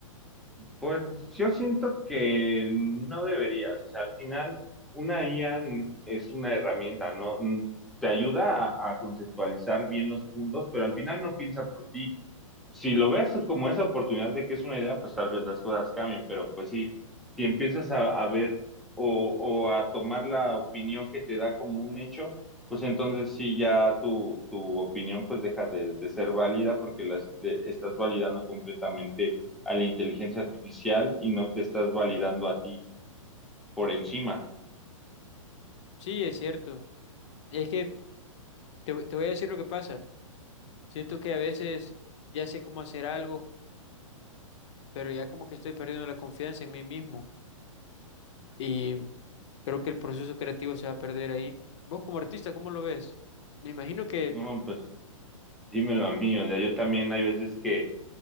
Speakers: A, in the centre; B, on the left.
A: Pues yo siento que no deberías. O sea, al final, una IA n- es una herramienta, ¿no? N- Te ayuda a, a conceptualizar bien los puntos, pero al final no piensa por ti. si lo ves como esa oportunidad de que es una idea, pues tal vez las cosas cambien, pero pues sí, si empiezas a, a ver o, o a tomar la opinión que te da como un hecho, pues entonces sí ya tu, tu opinión pues deja de, de ser válida porque la es- le- estás validando completamente a la inteligencia artificial y no te estás validando a ti por encima.
B: Sí, es cierto. Es que te, voy- te voy a decir lo que pasa. Siento que a veces ya sé cómo hacer algo, pero ya como que estoy perdiendo la confianza en mí mismo y creo que el proceso creativo se va a perder ahí. ¿Vos como artista, cómo lo ves? Me imagino que,
A: No, pues dímelo a mí, o sea, yo también hay veces que